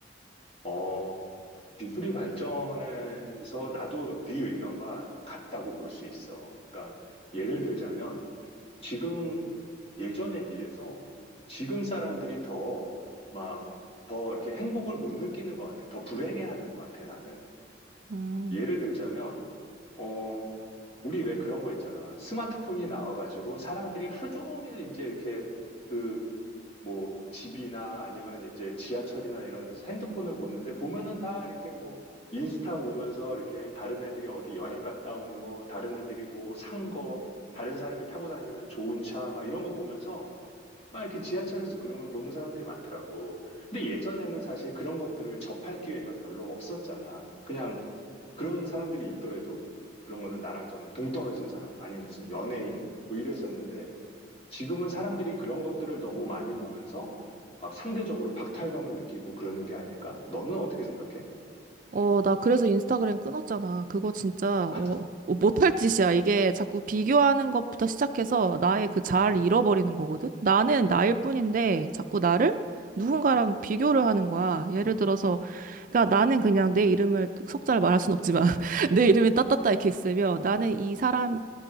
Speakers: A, on the left; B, on the right.
A: 어, 기술이 발전해서 나도 네 의견과 같다고 볼 수 있어. 예를 들자면 지금 예전에 비해서 지금 사람들이 더 막 더 이렇게 행복을 못 느끼는 것 같아. 더 불행해하는 것 같아, 나는.
B: 음.
A: 예를 들자면, 어, 우리 왜 그런 거 있잖아. 스마트폰이 나와가지고 사람들이 하루 종일 이제 이렇게 그 뭐 집이나 아니면 이제 지하철이나 이런 데서 핸드폰을 보는데 보면은 다 이렇게 뭐 인스타 보면서 이렇게 다른 애들이 어디 여행 갔다 온 거, 다른 애들이 뭐 산 거, 다른 사람이 타고 다니는 좋은 차 막 이런 거 보면서 막 이렇게 지하철에서 그런 걸 보는 사람들이 많더라고. 근데 예전에는 사실 그런 것들을 접할 기회가 별로 없었잖아. 그냥 그런 사람들이 있더라도 그런 거는 나랑 좀 동떨어진 사람 아니면 무슨 연예인 뭐 이랬었는데 지금은 사람들이 그런 것들을 너무 많이 보면서 막 상대적으로 박탈감을 느끼고 그러는 게 아닐까? 너는 어떻게 생각해?
B: 어, 나 그래서 인스타그램 끊었잖아. 그거 진짜,
A: 아,
B: 어, 어, 못할 짓이야. 이게 자꾸 비교하는 것부터 시작해서 나의 그 자아를 잃어버리는 거거든? 나는 나일 뿐인데 자꾸 나를 누군가랑 비교를 하는 거야. 예를 들어서, 그러니까 나는 그냥 내 이름을 석자를 말할 순 없지만 <laughs> 내 이름이 따따따 이렇게 있으면 나는 이 사람이